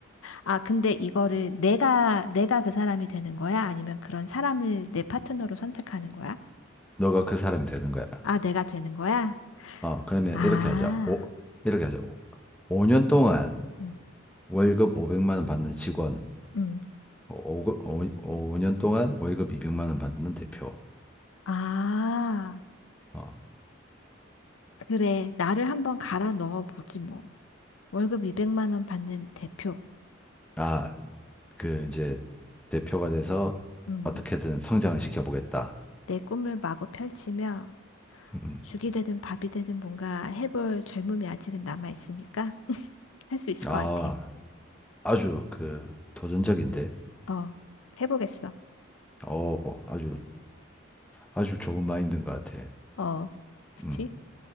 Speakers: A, on the left; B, in the centre.
A: 아, 근데 이거를 내가, 내가 그 사람이 되는 거야? 아니면 그런 사람을 내 파트너로 선택하는 거야?
B: 너가 그 사람이 되는 거야.
A: 아, 내가 되는 거야?
B: 어, 그러면
A: 아,
B: 이렇게 하자. 오, 이렇게 하자. 5년 동안
A: 음,
B: 월급 500만 원 받는 직원,
A: 음.
B: 5, 년 동안 월급 200만 원 받는 대표.
A: 아,
B: 어,
A: 그래. 나를 한번 갈아 넣어 보지 뭐. 월급 200만 원 받는 대표.
B: 아, 그 이제 대표가 돼서
A: 음.
B: 어떻게든 성장을 시켜보겠다.
A: 내 꿈을 마구 펼치며
B: 음,
A: 죽이 되든 밥이 되든 뭔가 해볼 젊음이 아직은 남아 있으니까 할 수 있을
B: 아,
A: 것 같아.
B: 아주 그 도전적인데,
A: 어, 해보겠어.
B: 어, 아주 아주 좋은 마인드인 것 같아.
A: 어, 그치?
B: 음,